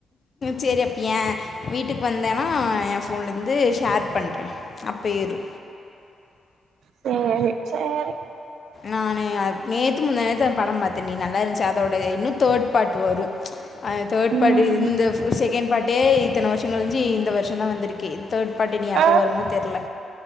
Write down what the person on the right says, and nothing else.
சரி சரி
ம்
ஆ